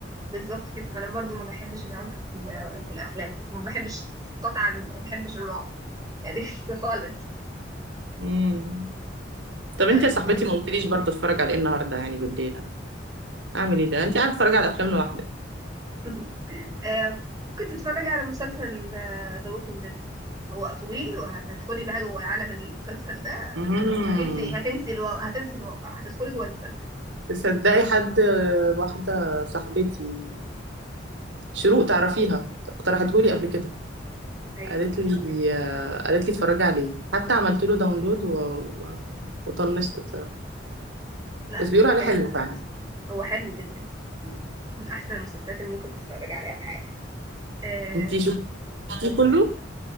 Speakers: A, on the right (about 20°); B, on the right (about 85°).
A: بالظبط كده ما انا برضو ما بحبش العنف في ال- في الافلام ما بحبش قطعا ما بحبش الرعب يعني <laughs> خالص
B: امم طب
A: ما
B: انت
A: انت
B: يا صاحبتي
A: بتقولي
B: ما قلتليش برضه اتفرج على ايه النهارده يعني بالليل أنا اعمل ايه ده انت قاعده تتفرجي على افلام لوحدك
A: <laughs> آه، كنت اتفرج على مسلسل ذا ووكينج ديد هو طويل وهتدخلي بقى جوه عالم المسلسل ده
B: امم
A: هتنسي هتنسي الو... هتنسي الواقع هتدخلي جوه المسلسل
B: تصدقي حد آه، واحده صاحبتي شروق تعرفيها اقترحتهولي قبل كده
A: ايوه
B: قالت لي قالت لي اتفرجي عليه حتى عملت له داونلود و... و- وطنشت بصراحه
A: لا
B: بس بيقولوا
A: محتاجة
B: عليه حلو فعلا
A: هو حلو جدا من احسن المسلسلات اللي ممكن تتفرج عليها في حياتك آه،
B: انتي شفتيه كله